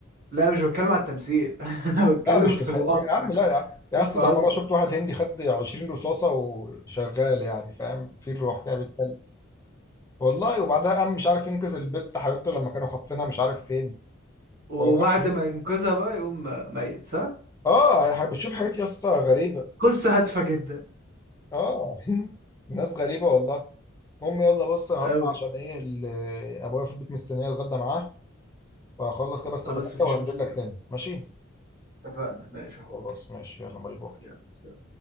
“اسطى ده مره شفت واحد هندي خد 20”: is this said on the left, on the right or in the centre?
Left